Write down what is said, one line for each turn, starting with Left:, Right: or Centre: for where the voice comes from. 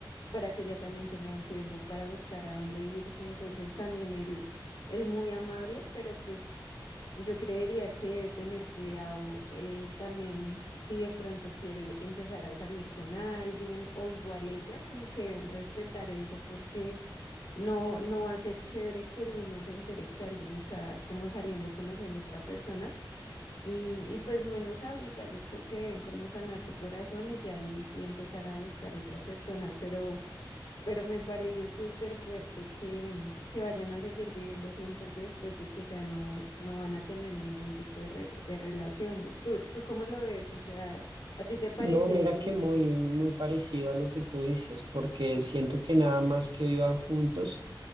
Left: para que ella también tenga un tiempo para buscar a dónde irse. Entonces también él, él muy amable, pero pues yo creería que debe tener cuidado eh, también si de pronto quiere empezar a salir con alguien o igual ella, como que deben respetar eso porque no, no va a ser chévere que el uno se entere que alguien está como saliendo, conociendo a otra persona. Y, y pues menos ahorita, yo creo que deben como sanar su corazón y ya ahí sí empezar a buscar otra persona, pero pero me parece súper fuerte que, que vayan a seguir viviendo juntos después de que ya no, no van a tener ningún tipo de, re- de relación. ¿Tú, tú cómo lo ves? O sea, ¿a ti te parece?
Right: No, mira que muy, muy parecido a lo que tú dices, porque siento que nada más que vivan juntos